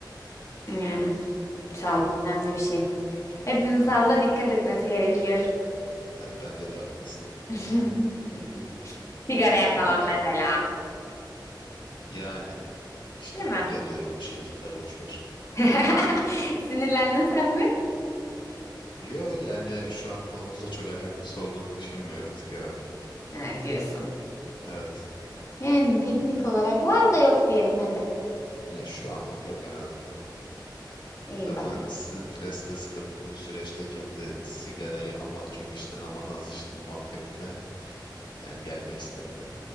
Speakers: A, on the left; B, on the left.
A: Yani sağlık
B: öyle.
A: önemli bir şey. Hepimizin
B: Hı
A: sağlığına
B: hı.
A: dikkat etmesi gerekiyor.
B: Evet bence de haklısın.
A: <laughs>
B: <laughs>
A: Sigaraya
B: Sağlık
A: falan
B: önemli.
A: mesela.
B: Yani işte
A: Değil mi?
B: dikkat ediyoruz bir şekilde boş ver.
A: <laughs> Sinirlendin sen mi?
B: Yo yani şu an konumuzla çok alakası olduğunu düşünmüyorum sigaranın.
A: Ha, diyorsun.
B: Evet.
A: Yani teknik olarak var da yok diyelim hadi.
B: Ya şu anlık yok en azından.
A: İyi
B: Zaten
A: bari.
B: stresli, sıkıntılı bir süreçteyken bir de sigarayı aman çok içtin aman az içtin muhabbetine yani gelmek istemiyorum.